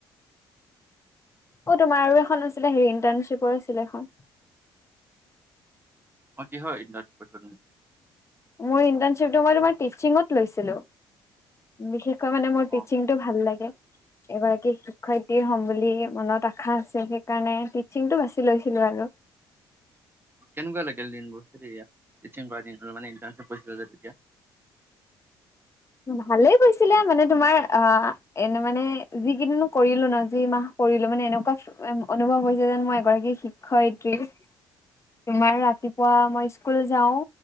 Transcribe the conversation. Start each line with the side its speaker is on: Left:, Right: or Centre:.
Left: অ তোমাৰ আৰু এখন আছিলে হেৰি ইণ্টাৰ্ণশ্বিপৰ আছিলে এখন
Right: অ কিহৰ ইণৰ্টানচিপ
Left: মোৰ ইন্টাছিপটো মই তোমাৰ মই টিচিঙত লৈছিলো বিশেষকৈ মানে মোৰ
Right: অ
Left: টিচিং টো ভাল লাগে এগৰাকী শিক্ষয়িত্ৰীয়ে হ'ম বুলি মনত আশা আছে সেইকাৰণে টিচিংটো বাছি লৈছিলো আৰু
Right: কেনেকুৱা লাগিল দিনবোৰ হেৰি টিচিং কৰা দিনবোৰ মানে ইন্টাৰছিপ কৰিছিলা যে তেতিয়া
Left: ভালেই গৈছিলে মানে তোমাৰ আহ এনে মানে যিকেইদিন মই কৰিলো ন যি মাহ কৰিলো মানে এনেকুৱা অনুভৱ হৈছে যেন মই এগৰাকী শিক্ষয়িত্ৰী তোমাৰ ৰাতিপুৱা মই স্কুল যাওঁ